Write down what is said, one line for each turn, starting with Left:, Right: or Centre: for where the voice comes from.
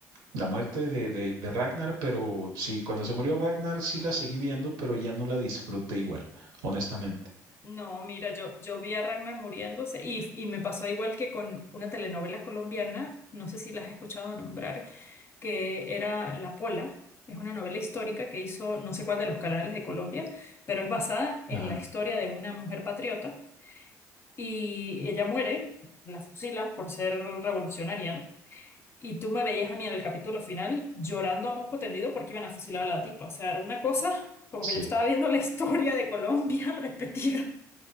Right: la muerte de, de, de Ragnar, pero sí, cuando se murió Ragnar sí la seguí viendo, pero ya no la disfruté igual, honestamente.
Left: No, mira, yo, yo vi a Ragnar muriéndose y, y me pasó igual que con una telenovela colombiana, no sé si la has escuchado nombrar, que era La Pola. Es una novela histórica que hizo no sé cuál de los canales de Colombia, pero es basada en
Right: Ajá,
Left: la historia de una mujer patriota y ella muere, la fusilan por ser revolucionaria, ¿no? Y tú me veías a mí en el capítulo final llorando a moco tendido porque iban a fusilar a la tipa. O sea, era una cosa como
Right: sí,
Left: que yo estaba viendo la historia de Colombia <laughs> repetida.